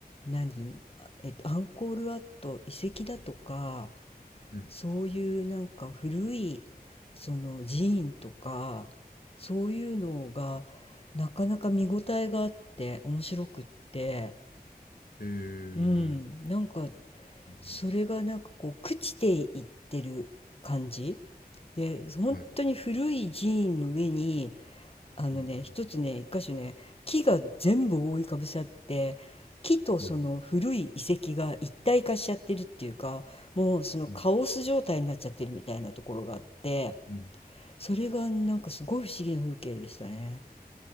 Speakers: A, on the left (about 35°); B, on the left (about 65°).
A: 何あえっと、アンコールワット遺跡だとか、
B: はい。
A: そういうなんか古いその寺院とかそういうのがなかなか見応えがあって面白くって
B: えー、
A: うんなんか
B: うん、
A: それがなんかこう朽ちていってる感じで本当に古い寺院の上に
B: はい。う
A: あのね、
B: ん、
A: 一つね、一箇所ね、木が全部覆いかぶさって、木とその古い遺跡が一体化しちゃってるっていうか、
B: うん、
A: もうそのカオス状態になっちゃってるみたいなところがあって、
B: うん、うん。
A: それがなんかすごい不思議な風景でしたね。